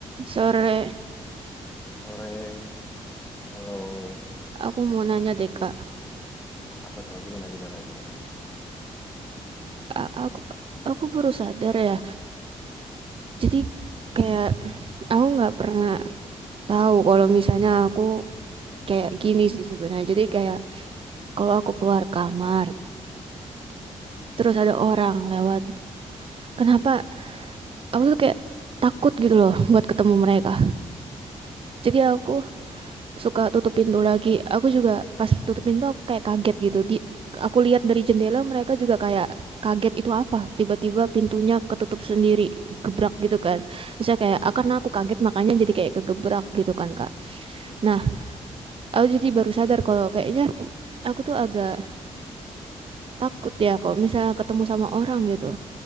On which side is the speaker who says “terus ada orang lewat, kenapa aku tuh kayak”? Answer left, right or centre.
Right